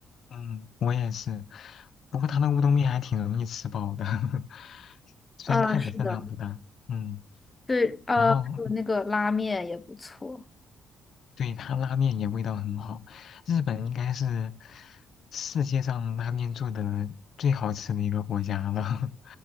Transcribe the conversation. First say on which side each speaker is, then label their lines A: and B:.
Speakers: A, on the left; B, on the left.
A: 嗯，我也是。不过他那乌冬面还挺容易吃饱的，<laughs> 虽然看着分量不大，
B: 啊，是的，
A: 嗯，
B: 对，呃，
A: 然嗯后
B: 还有那个拉面也不错，
A: 对他拉面也味道很好，日本应该是世界上拉面做的最好吃的一个国家了，<laughs>